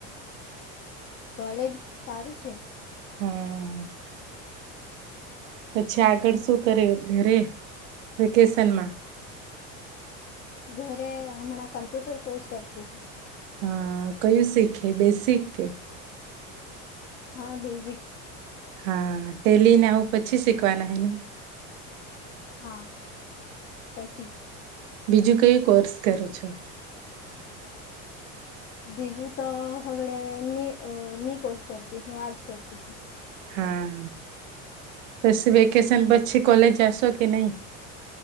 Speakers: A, on the left (about 30°); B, on the right (about 85°).
A: કોલેજ સારું છે
B: હા પછી આગળ શું કરે ઘરે વેકેશનમાં
A: ઘરે હમણાં કમ્પ્યુટર કોર્સ કરતી છેું
B: હા કયું શીખે બેસિક કે
A: હા બેઝિક
B: હા ટેલી ને આવું પછી શીખવાના હ ને
A: હા પછી
B: બીજું કઈ કોર્સ કરો છો
A: બીજું તો હવેડ નિકોષ કરતીું આજ કરતી છું
B: હા પછી વેકેશન પછી કોલેજ જાશો કે નહી